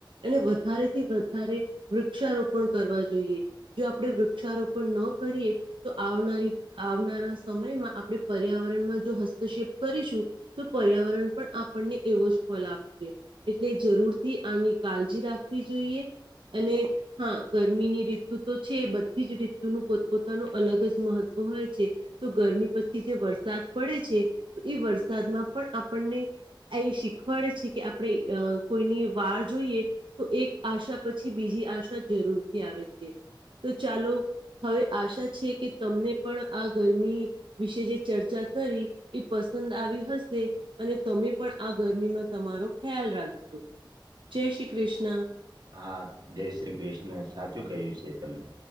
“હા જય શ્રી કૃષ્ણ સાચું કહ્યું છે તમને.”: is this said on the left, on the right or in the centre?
Right